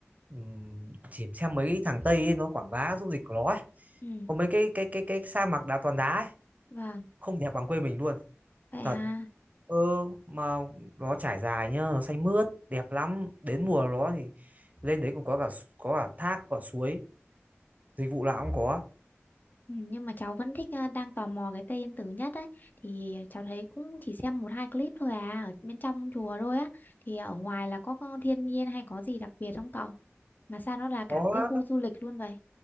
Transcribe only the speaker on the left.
ừ.
vâng
vậy
ha
Ừ, Nhưng mà cháu vẫn thích à, đang tò mò cái Tây Yên Tử nhất ấy thì cháu thấy cũng chỉ xem một hai clip thôi à ở bên trong chùa thôi á thì ở ngoài là có, có thiên nhiên hay có gì đặc biệt không cậu mà sao nó là cả
một cái khu du lịch luôn vậy